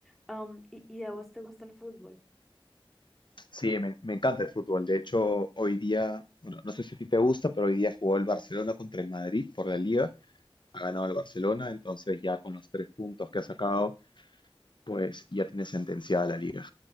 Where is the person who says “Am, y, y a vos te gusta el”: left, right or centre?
Centre